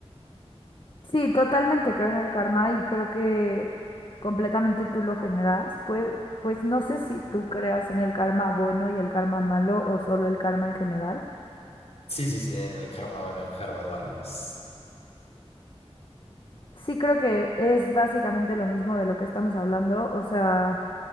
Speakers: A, on the left; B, on the left.
A: Sí, totalmente creo en el karma y creo que completamente tú lo generas. Pues, pues no sé si tú creas en el karma bueno y el karma malo o solo el karma en general.
B: Sí, sí, sí, en el karma bueno, el karma malo. Es,
A: Sí creo que es básicamente lo mismo de lo que estamos hablando. O sea...